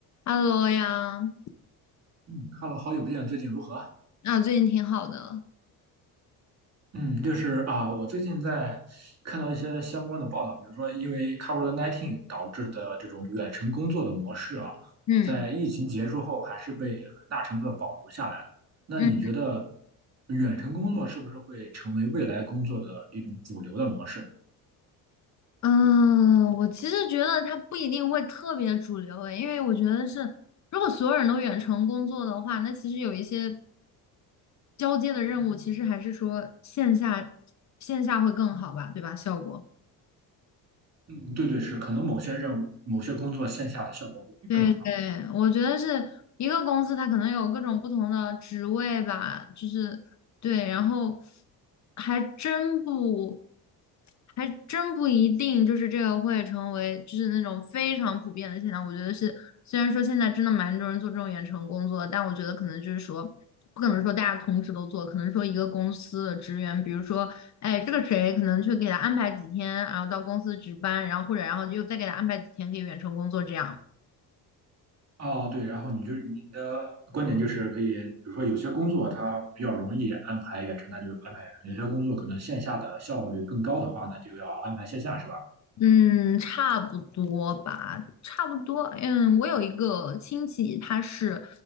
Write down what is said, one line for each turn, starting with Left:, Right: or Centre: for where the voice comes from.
Left: Hello 呀，
Right: 嗯 h e 好久不见，最近如何？
Left: 啊，最近挺好的。
Right: 嗯，就是啊，我最近在看到一些相关的报道，比如说因为 COVID-19 导致的这种远程工作的模式啊，
Left: 嗯
Right: 在疫情结束后还是被很大程度的保留下来了。那你觉得
Left: 嗯
Right: 远程工作是不是会成为未来工作的一种主流的模式？
Left: 嗯，我其实觉得它不一定会特别主流诶，因为我觉得是，如果所有人都远程工作的话，那其实有一些交接的任务，其实还是说线下线下会更好吧，对吧？效果。
Right: 嗯，对对，是，可能某些任务、某些工作线下的效果会更好。
Left: 对对，我觉得是一个公司，它可能有各种不同的职位吧，就是对，然后还真不，还真不一定，就是这个会成为就是那种非常普遍的现象。我觉得是，虽然说现在真的蛮多人做这种远程工作，但我觉得可能就是说，不可能说大家同时都做，可能说一个公司的职员，比如说，哎，这个谁可能去给他安排几天，然后到公司值班，然后或者然后又再给他安排几天可以远程工作这样。
Right: 哦，对，然后你就你的观点就是可以，比如说有些工作它比较容易安排远程，那就安排远程；有些工作可能线下的效率更高的话，那就要安排线下，是吧？
Left: 嗯，差不多吧，差不多。嗯，我有一个亲戚，他是